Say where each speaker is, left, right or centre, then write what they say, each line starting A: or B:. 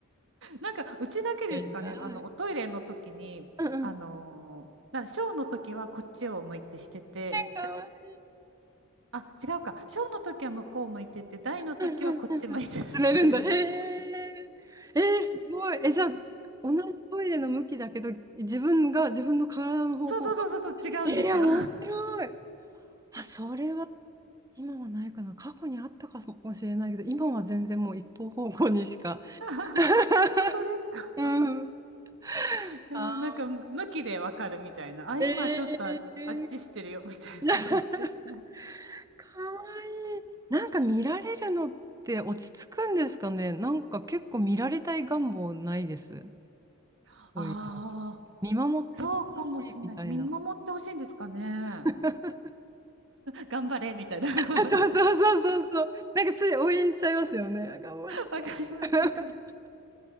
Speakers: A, on the right (about 60°); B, on the right (about 15°).
A: なんかうちだけですかね、
B: えらい。
A: あの、おトイレの時に、
B: うんうん。
A: あのーなショーの時はこっちを向いてしてて、
B: かわいい。
A: あ、違うか。小の時は向こう向いてて、大の時はこっち向いてるっていう、
B: うんうん詰めるんだ。へ
A: なんか
B: え。えー、すごい。え、じゃあ、同じトイレの向きだけど、自分が、自分の体の方向が。
A: そうそうそうそうそう、違うんですよ。
B: えー、面白い。あ、それは今はないかな。過去にあったかもしれないけど、今は全然もう一方方向にしか。<laughs>
A: <laughs> 本当ですか。
B: うん。<laughs>
A: いやー、
B: あ
A: なんか、む向きでわかるみたいな。あ、
B: ー、
A: 今ちょっとあ、
B: えー。
A: あっちしてるよ、みたいなのとか言って。
B: <laughs> かわいい。なんか見られるのって落ち着くんですかね。なんか結構見られたい願望ないです。
A: <laughs>
B: トイレ
A: ああ、
B: 見守っててほしいみたいな。
A: そうかもしれないで見守ってほしいんですかね。
B: <laughs>
A: 頑張れ、みたいな。
B: そうそうそうそうそう。
A: <laughs>
B: なんかつい応援しちゃいますよね。あ、頑張れ。
A: わかります、
B: <laughs>
A: わかりま